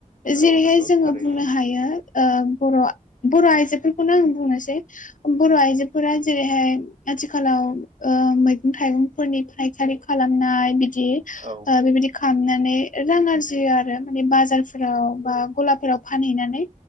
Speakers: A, on the left; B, on the right.
A: जेरैहाय
B: औ नंगौ
A: जोङो
B: थारैनो
A: बुंनो हायोओ बर' बर' आइजोफोरखौनो आं बुंनोसै बर' आइजोफोरा जेरैहाय आथिखालाव ओ मै गं थाइगंफोरनि फायखारि खालामनाय बिदि
B: औ
A: बेबायदि खालामनानै रां आरजियो आरो माने बाजारफोराव बा गलाफोराव फानहैनानै